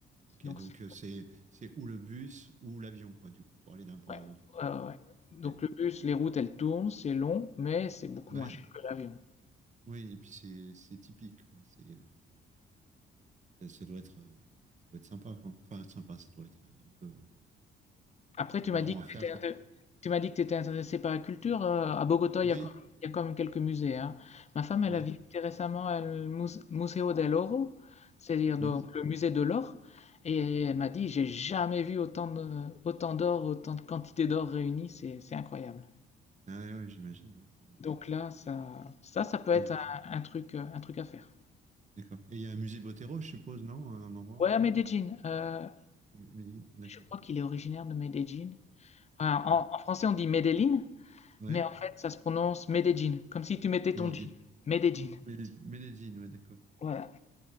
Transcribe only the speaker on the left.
Donc,
c'est-
ouais,
ouais, ouais. ouais.
Donc le bus, les routes, elles tournent, c'est long, mais c'est beaucoup
moins cher que l'avion.
Après, tu
m'as dit que
tu étais,
inté- tu m'as dit que tu étais intéressé par la culture. euh, à Bogota, il
y a quand il y a quand même quelques musées. hein. Ma femme, elle
a visité récemment le Muse- Museo del Oro, c'est-à-dire donc
le musée de l'or. Et elle m'a dit, j'ai jamais vu autant de, autant d'or, autant de quantité d'or réunie. C'est, c'est incroyable.
Donc
là, ça, ça, ça peut être
un, un truc, euh, un truc à faire.
Ouais, à Medellín. euh,
je crois qu'il est originaire de Medellín. Enfin,
en, en français, on dit Medellín.
Mais en fait, ça se prononce Medellín, comme si tu mettais ton
J. Medellín.
Voilà.